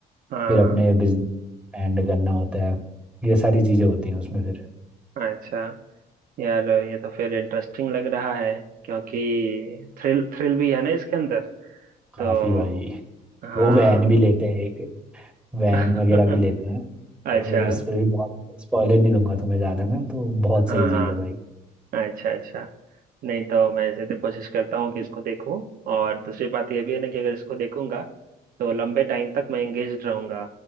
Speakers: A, on the right; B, in the centre.
A: हाँ
B: फिर अपने बिजनेस एक्सपेंड करना होता है ये सारी चीज़ें होती हैं उसमें फिर
A: अच्छा यार ये तो फिर इंटरेस्टिंग लग रहा है क्योंकि थ्रिल थ्रिल भी है ना इसके अंदर
B: काफ़ी
A: तो
B: भाई
A: हाँ
B: वो वैन भी लेते हैं एक वैन
A: <laughs>
B: वगैरह भी लेते हैं
A: अच्छा
B: तो फिर उस पर भी बहुत स्पॉइलर नहीं दूंगा तुम्हें ज़्यादा मैं तो बहुत
A: हाँ
B: सही
A: हाँ
B: चीज़ है भाई
A: अच्छा अच्छा नहीं तो मैं ऐसे तो कोशिश करता हूँ कि इसको देखूं और दूसरी बात यह भी है ना कि अगर इसको देखूंगा तो लंबे टाइम तक मैं एंगेज रहूंगा